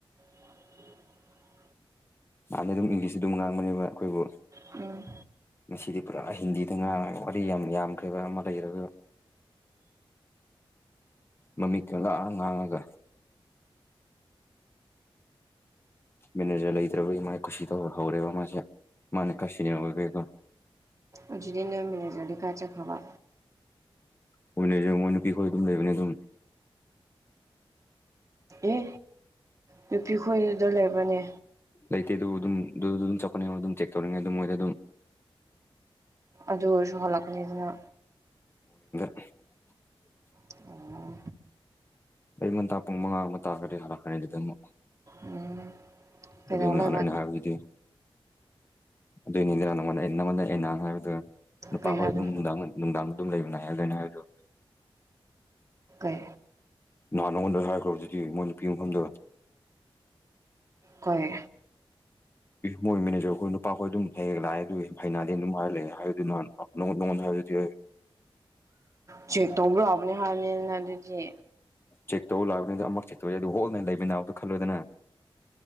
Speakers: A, on the right (about 35°); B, on the left (about 25°).
A: ꯎ <unintelligible> <inaudible>
B: ꯃꯥꯍꯥꯟꯗ ꯑꯗꯨꯝ ꯏꯪꯂꯤꯁꯇ ꯑꯗꯨꯝ ꯉꯥꯡꯕꯅꯦꯕ ꯑꯩꯈꯣꯏꯕꯨ
A: ꯎꯝ
B: ꯃꯁꯤꯗꯤ ꯄꯨꯔꯥ ꯍꯤꯟꯗꯤꯗ ꯉ ꯋꯥꯔꯤ ꯌꯥꯝ ꯌꯥꯝꯈ꯭ꯔꯕ ꯑꯃ ꯂꯩꯔꯒ ꯃꯥꯃꯤꯠꯇꯨꯅꯥꯑꯥ ꯉꯥꯡꯉꯒ ꯃꯤꯅꯦꯖꯔ ꯂꯩꯇ꯭ꯔꯕꯒꯤ ꯃꯥꯥꯏ ꯀꯁꯤꯗ ꯍꯧꯔꯦꯕ ꯃꯥꯁꯦ ꯃꯥꯅꯦ ꯀꯥꯁꯤꯅ ꯑꯣꯏ ꯀꯦꯒꯣ
A: ꯑꯗꯨꯗꯤ ꯅꯣꯏꯃꯤꯟꯅꯖ꯭ꯔ ꯀꯥ ꯆꯈꯕ
B: ꯍꯅꯦ ꯅꯨꯄꯤꯈꯣꯏ ꯑꯗꯨꯝ ꯂꯩꯕꯅꯦ ꯑꯗꯨꯝ
A: ꯑꯦ ꯅꯨꯄꯤ ꯈꯣꯏꯗꯨꯗ ꯂꯩꯕꯅꯦ
B: ꯂꯩꯇꯦ ꯑꯗꯨ ꯑꯗꯨꯝ ꯑꯗꯨꯗ ꯑꯗꯨꯝ ꯆꯠꯄꯠꯅꯤ ꯑꯗꯨꯝ ꯆꯦꯛ ꯇꯧꯔꯤꯉꯦ ꯃꯣꯏꯗ ꯑꯗꯨꯝ
A: ꯑꯗꯨ ꯑꯣꯏꯁꯨ ꯍꯜꯂꯛꯀꯅꯤꯁꯤꯅ
B: <unintelligible> <inaudible>
A: ꯑꯣ
B: ꯑꯩ ꯍꯟꯇꯥ ꯄꯨꯡ ꯃꯉꯥ ꯑꯃ ꯇꯥꯔꯒꯗꯤ ꯍꯂꯛꯀꯅꯤ ꯑꯗꯨ ꯑꯗꯨ
A: ꯎꯝ ꯀꯩꯗꯧ
B: ꯑꯗꯨ ꯅꯍꯥꯟꯑꯩꯅ
A: ꯂꯩꯕ
B: ꯍꯥꯏꯔꯣ ꯑꯗꯨꯗꯤ ꯑꯗꯨꯏꯅꯤꯗ ꯅꯪꯉꯣꯟꯗ ꯅꯪꯉꯣꯟꯗ ꯅꯍꯥꯟ ꯍꯥꯏꯕꯗꯨ ꯅꯨꯄꯥ
A: ꯀꯩ ꯍꯥꯏꯕ
B: ꯍꯣꯏ ꯑꯗꯨꯝ ꯅꯨꯡꯗꯥꯡ ꯅꯨꯡꯗꯥꯡ ꯑꯗꯨꯝ ꯂꯩꯕꯅꯦꯗꯣꯏꯅꯦ ꯍꯥꯏꯗꯣ
A: ꯎ <inaudible>
B: ꯅꯍꯥꯟ ꯅꯉꯣꯟꯗ ꯍꯥꯏꯈ꯭ꯔꯕꯗꯨꯗꯤ ꯃꯣꯏ ꯅꯨꯄꯤ ꯃꯐꯝꯗ
A: ꯀꯣꯏ
B: ꯃꯣꯏ ꯃꯦꯅꯦꯖꯔ ꯍꯣꯏ ꯅꯨꯄꯥꯈꯣꯏ ꯑꯗꯨꯝ ꯍ ꯂꯥꯛꯑꯦ ꯑꯗꯨ ꯍꯩꯅꯗꯦ ꯑꯗꯨꯝ ꯍꯥꯏꯔ ꯂꯩꯑꯦ ꯍꯥꯏ ꯑꯗꯨꯅ ꯅ ꯗꯤꯦ <unintelligible>
A: ꯆꯦꯛ ꯇꯧꯕ ꯌꯥꯕꯅꯦ ꯍꯥꯏꯕꯅꯤꯅ ꯑꯗꯨꯗꯤ
B: ꯆꯦꯛ ꯇꯧ ꯂꯥꯛꯄꯅꯤ ꯑꯗꯣ ꯑꯃꯛ ꯆꯦꯛ ꯇꯧꯋ ꯑꯗꯨ ꯍꯣꯜ ꯂꯩꯃꯤ ꯅꯥꯎꯗꯣ ꯈꯜꯂꯨꯗꯅ